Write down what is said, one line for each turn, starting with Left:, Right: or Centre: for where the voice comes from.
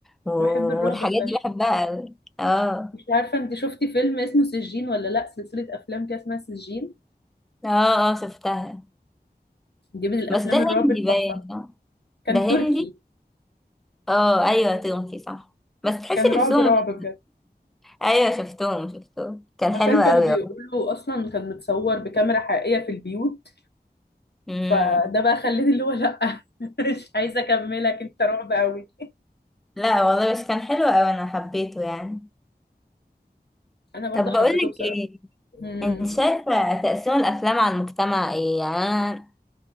Centre: و-
Left: بحب الرعب
Centre: والحاجات
Left: فشخ
Centre: دي بحبها قوي اه
Left: مش عارفه انت شفتي فيلم اسمه سجين ولا لا سلسله افلام كده اسمها سجين
Centre: اه اه شفتها
Left: دي من الافلام
Centre: بس ده هندي
Left: الرعب التحفه
Centre: باين صح؟
Left: كان
Centre: ده هندي
Left: تركي
Centre: اه ايوه تركي صح بس تحسي
Left: كان رعب
Centre: نفسهم
Left: رعب
Centre: <laughs>
Left: بجد
Centre: ايوه شفتهم شفتهم كان
Left: عشان
Centre: حلو
Left: كانوا
Centre: قوي
Left: بيقولوا اصلا كان متصور بكاميرا حقيقيه في البيوت
Centre: والله
Left: فده بقى خلاني اللي هو لا <laughs> مش عايزه اكملك انت رعب قوي
Centre: لا والله بس كان حلو أوي أنا حبيته يعني
Left: انا برضو
Centre: طب
Left: حبيته
Centre: بقولك
Left: بصراحه
Centre: إيه
Left: مم.
Centre: أنت شايفة تأثير الأفلام على المجتمع إيه يعني أنا